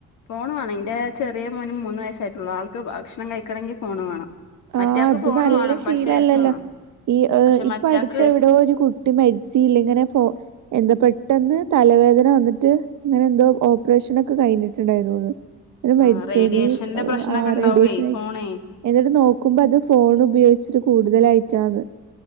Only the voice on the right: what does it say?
ആഹ് അത്
നല്ല
ശീല
അല്ലല്ലാ
ഈ
ഇപ്പൊ
അടുത്ത് എവിടോരു കുട്ടി മരിച്ചീല്ലേ ഇങ്ങനെ ഫോ എന്താ പെട്ടെന്ന് തലവേദന വന്നിട്ട് അങ്ങനെ എന്തോ ഓപ്പറേഷനൊക്കെ കഴിഞ്ഞിട്ടുണ്ടായിന്ന് തോന്ന് എന്ന്
മരിച്ചു
നീ
ആ
റേഡിയേഷൻ ആയിറ്റ്
എന്നിട്ട് നോ ക്കുമ്പം അത് ഫോൺ ഉപയോഗിച്ചിട്ട് കൂടുതലായിറ്റാന്ന്